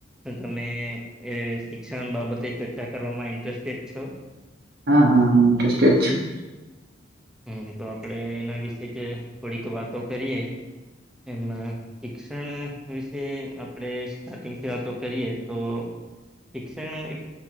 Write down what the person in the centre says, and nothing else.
તો તમે એ શિક્ષણ બાબતે ચર્ચા કરવામાં ઇન્ટરેસ્ટેડ છો?
હમ તો આપડે એના વિશે જે થોડીક વાતો કરીએ એમ શિક્ષણ વિશે આપણેે સ્ટાર્ટિંગથી વાતો કરીએ તો શિક્ષણ એક